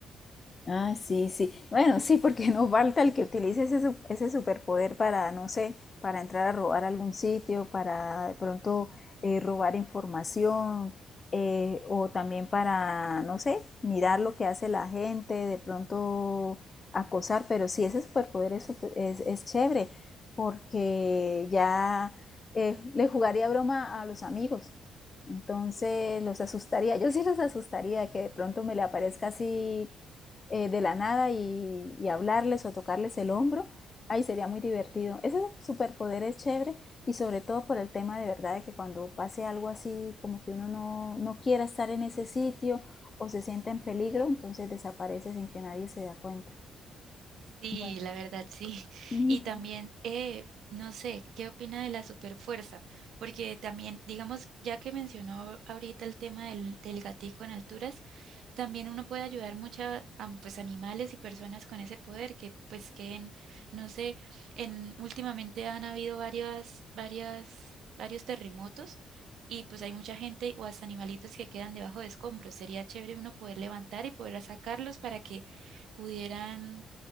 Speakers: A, on the left; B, on the right.
A: Ah, sí, sí. Bueno, sí, porque no falta el que utilice ese, su- ese superpoder para, no sé, para entrar a robar a algún sitio, para de pronto eh, robar información, eh, o también para, no sé, mirar lo que hace la gente, de pronto acosar, pero sí, ese superpoder es, super- es, es chévere, porque ya eh, le jugaría broma a los amigos. Entonces los asustaría, yo sí los asustaría, que de pronto me le aparezca así eh, de la nada y, y hablarles o tocarles el hombro, ahí sería muy divertido. Ese superpoder es chévere y sobre todo por el tema de verdad de que cuando pase algo así, como que uno no, no quiera estar en ese sitio o se sienta en peligro, entonces desaparece sin que nadie se da cuenta.
B: Sí,
A: Bueno,
B: la verdad sí. <laughs>
A: <laughs>
B: Y también, eh, no sé, ¿qué opina de la superfuerza? Porque también, digamos, ya que mencionó ahorita el tema del, del gatico en alturas, también uno puede ayudar mucho a, am- pues, animales y personas con ese poder que, pues, que no sé, en, últimamente han habido varias, varias, varios terremotos y pues hay mucha gente o hasta animalitos que quedan debajo de escombros. Sería chévere uno poder levantar y poder sacarlos para que pudieran